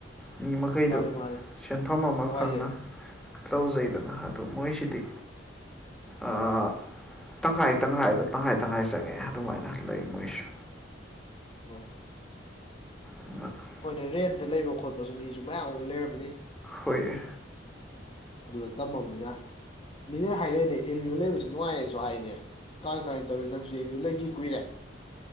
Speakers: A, in the centre; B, on the left.
A: ꯃꯤ ꯃꯈꯩꯗꯨ
B: ꯃꯥꯅꯦ ꯃꯥꯅꯦ
A: ꯁꯦꯟꯐꯝ ꯑꯃ
B: ꯅꯨꯡꯉꯥꯏꯖꯩ
A: ꯈꯪꯅ ꯇꯧꯖꯩꯗꯅ ꯑꯗꯨ ꯃꯣꯏꯁꯤꯗꯤ ꯑꯥ ꯇꯪꯈꯥꯏ ꯇꯪꯈꯥꯏꯗ ꯇꯪꯈꯥꯏ ꯇꯪꯈꯥꯏ ꯆꯪꯉꯛꯑꯦ ꯑꯗꯨꯃꯥꯏꯅ ꯂꯩ ꯃꯣꯏꯁꯨ
B: ꯑꯣ
A: ꯎ <unintelligible>
B: ꯍꯣꯏ ꯅꯦ ꯔꯦꯟꯇꯥ ꯂꯩꯕ ꯈꯣꯠꯄꯁꯨ ꯃꯤꯁꯨ ꯃꯌꯥꯝ ꯑꯃ ꯂꯩꯔꯝꯅꯤ
A: ꯍꯣꯏ
B: ꯑꯗꯨꯗ ꯇꯝꯃꯕꯅꯤꯅ ꯃꯤꯅ ꯍꯥꯏꯔꯛ ꯏꯅꯦ ꯑꯦꯝ ꯌꯨ ꯂꯩꯕꯁꯤ ꯅꯨꯡꯉꯥꯏꯔꯦꯁꯨ ꯍꯥꯏꯅꯦ ꯀꯃꯥꯏ ꯀꯃꯥꯏ ꯇꯧꯔꯤ ꯅꯪꯁꯨ ꯑꯦꯝꯌꯨ ꯂꯩꯈꯤ ꯀꯨꯏꯔꯦ